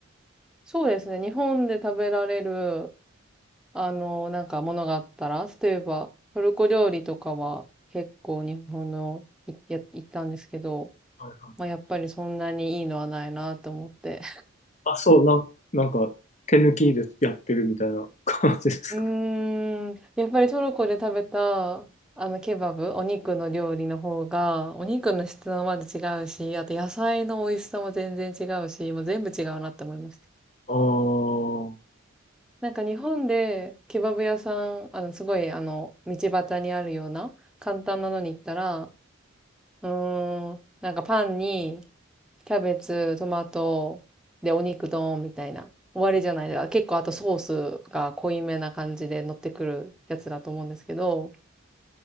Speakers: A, in the centre; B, on the left.
A: そうですね、日本で食べられるあの、なんかものがあったら、例えば、トルコ料理とかは結構日本のいや行ったんですけど、
B: はいはい。
A: まあやっぱりそんなにいいのはないなと思って。
B: あ、そう、なん、なんか手抜きでやってるみたいな感じです
A: <laughs> うーん、やっぱりトルコで食べた、あのケバブ、お肉の料理の方が、お肉の質もまず違うし、あと野菜の美味しさも全然違うし、もう全部違うなって思いました。
B: あー
A: なんか日本でケバブ屋さん、あのすごいあの道端にあるような簡単なのに行ったら、うーん。なんかパンに、キャベツ、トマト、で、お肉ドーンみたいな。終わりじゃないですか。結構あとソースが濃いめな感じで乗ってくるやつだと思うんですけど、